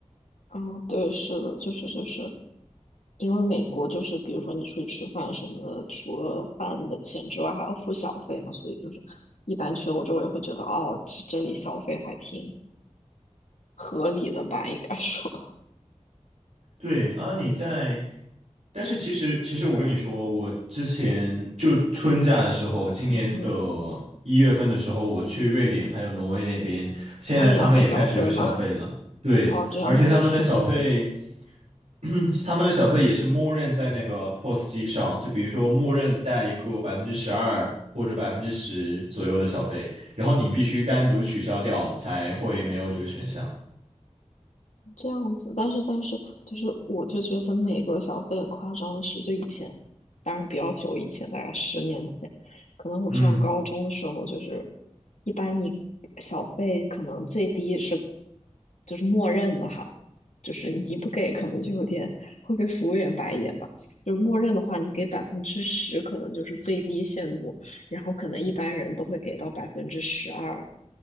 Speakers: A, on the left; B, on the right.
A: 啊，对，是的，就是就是，因为美国就是比如说你出去吃饭什么的，除了饭的钱之外还要付小费嘛，所以就是一般去欧洲也会觉得哦，这这里消费还挺合理的吧，应该说。
B: 对啊，你在但是其实，其实我跟你说，我之前就春假的时候，今年的
A: <laughs> 嗯嗯。
B: 一月份的时候，我去瑞典还有挪威那边，现在他们也开始有小费了。
A: 他们也付小费吗？
B: 对，
A: 哦，这样子。
B: 而且他们的小费，嗯，他们的小费也是默认在那个 POS 机上，就比如说默认带一个百分之十二或者百分之十左右的小费，然后你必须单独取消掉才会没有这个选项。
A: 这样子，但是但是就是，我就觉得美国小费很夸张的是，就以前，当然比较久以前，大概十年前，可能我上高中的时候，
B: 嗯，
A: 就是一般你小费可能最低是就是默认的哈，就是你不给可能就有点会被服务员白眼吧，就默认的话，你给百分之十可能就是最低限度，然后可能一般人都会给到百分之十二